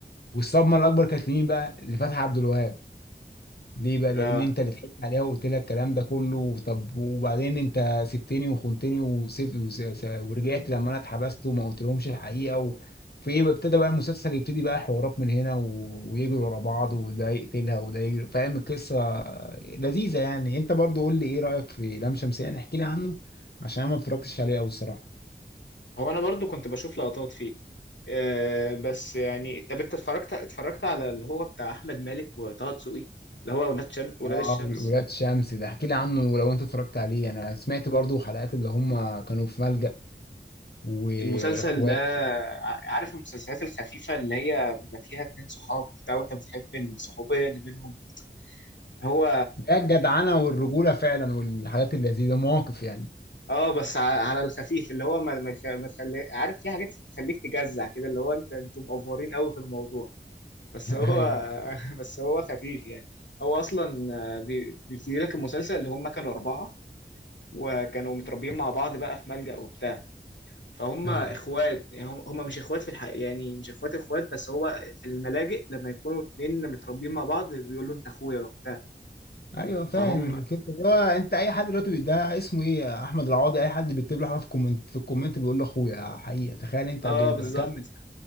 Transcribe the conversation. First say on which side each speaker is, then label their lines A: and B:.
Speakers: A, on the left; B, on the left.
A: والصدمه الاكبر كانت لمين بقى لفتحي عبد الوهاب ليه بقى لان
B: اه
A: انت اللي ضحكت عليها وقلت لها الكلام ده كله طب وبعدين انت سبتني وخنتني وسبت وس- س- ورجعت لما انا اتحبست وما قلتلهمش الحقيقه و... في ايه بقى ابتدى بقى المسلسل يبتدي بقى حوارات من هنا و... ويجروا ورا بعض وده يقتلها وده يجري فاهم القصه لذيذه يعني انت برضو قول لي ايه رايك في لام شمسية احكي لي عنه عشان انا ما اتفرجتش عليه قوي الصراحه
B: هو انا برضو كنت بشوف لقطات فيه آه بس يعني طب انت اتفرجت اتفرجت على اللي هو بتاع احمد مالك وطه دسوقي اللي هو ولاد شم... ولاد
A: اه
B: الشمس
A: ولاد شمس ده احكي لي عنه لو انت اتفرجت عليه انا سمعت برضو حلقات اللي هم كانوا في ملجأ واخوات
B: المسلسل ده ع- عارف المسلسلات الخفيفة اللي هي بيبقى فيها اتنين صحاب بتاع وانت بتحب الصحوبية اللي بينهم هو
A: ده الجدعنه والرجوله فعلا والحاجات اللذيذه مواقف يعني
B: اه بس ع- على الخفيف اللي هو ما ما يخ- ما يخلي... عارف في حاجات تخليك تجزع كده اللي هو انت انتوا مقفورين قوي في الموضوع بس
A: <laughs>
B: هو
A: ايوه
B: <laughs> بس هو خفيف يعني هو اصلا آه، بي- بيبتدي لك المسلسل اللي هم كانوا اربعه وكانوا متربيين مع بعض بقى في ملجأ وبتاع فهم
A: ايوه
B: اخوات يعني هم هم مش اخوات في الحقيقه يعني مش اخوات اخوات بس هو في الملاجئ لما يكونوا اتنين متربيين مع بعض بيقولوا انت اخويا وبتاع
A: ايوه فاهم
B: فهم
A: القصه دي هو انت اي حد دلوقتي بي- ده اسمه ايه احمد العوضي اي حد بيكتب له حاجه في الكومنت في الكومنت بيقول له اخويا حقيقه تخيل انت
B: اه
A: دول
B: بالظبط
A: بقى كمل